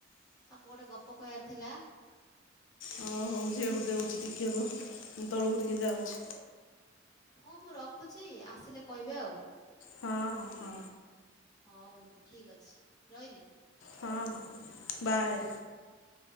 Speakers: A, on the left; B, on the left.
A: ତାକୁ ଗୋଟେ ଗପ କହିଆର ଥିଲା।
B: ହଉ ହଉ ଝିଅକୁ ଦଉଛି ଟିକେ ରୁହ, ମୁଁ ତଳୁକୁ ଟିକେ ଯାଉଛି।
A: ହଁ ମୁଁ ରଖୁଛି ଆସିଲେ କହିବେ ଆଉ।
B: ହଁ ହଁ- ହଁ।
A: ହଁ ହଉ ଦିଦି ଠିକ୍ ଅଛି ରହିଲି।
B: ହଁ ବାଏ।